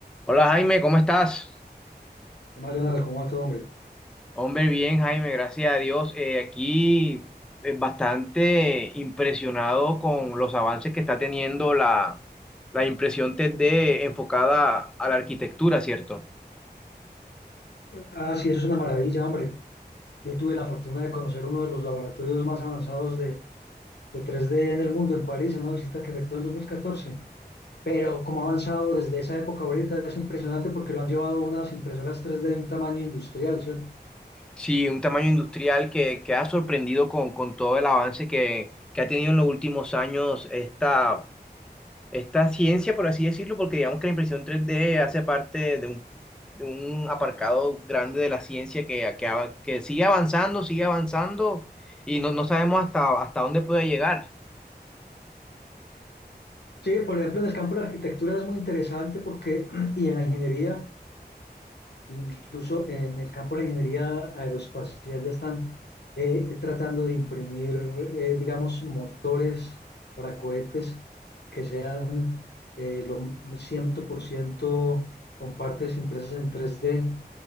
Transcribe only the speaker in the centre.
Hola Jaime, ¿cómo estás?
Hombre, bien Jaime, gracias a Dios. Eh, aquí eh, bastante impresionado con los avances que está teniendo la, la impresión 3D enfocada a la arquitectura, ¿cierto?
Sí, un tamaño industrial que, que ha sorprendido con, con todo el avance que, que ha tenido en los últimos años esta esta ciencia, por así decirlo, porque digamos que la impresión 3D hace parte de un, de un aparcado grande de la ciencia que, que, ava- que sigue avanzando, sigue avanzando y no, no sabemos hasta, hasta dónde puede llegar.